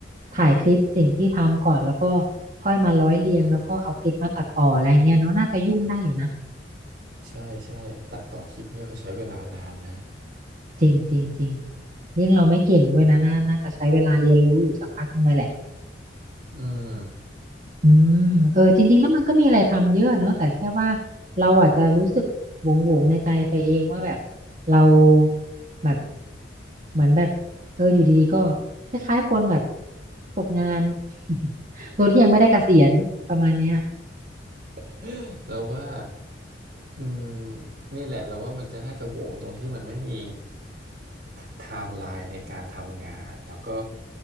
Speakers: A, on the right; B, on the right.
A: ถ่ายคลิปสิ่งที่ทำก่อนแล้วก็ค่อยมาร้อยเรียงแล้วก็เอาคลิปมาตัดต่ออะไรเงี้ยเนาะน่าจะยุ่งได้อยู่นะ
B: ใช่ใช่ไอ้ตัดต่อคลิปเนี่ยก็ใช้เวลานานนะ
A: จริงจริงจริงยิ่งเราไม่เก่งด้วยนะน่าน่าจะใช้เวลาเรียนรู้อยู่สักพักหนึงเลยแหละ
B: อืม
A: อืมเออจริงๆแล้วมันก็มีอะไรทำเยอะเนอะ แต่แค่ว่าเราอาจจะรู้สึกหวงๆวงในใจไปเองว่าแบบเราแบบเหมือนแบบเอออยู่ดีๆก็คล้ายๆคนแบบตกงาน <laughs> โดยที่ยังไม่ได้เกษียณประมาณเนี้ย
B: <laughs> เราว่าอืมนี่แหละเราว่ามันจะน่าจะโหวงตรงที่มันไม่มีไทม์ไลน์ในการทำงานแล้วก็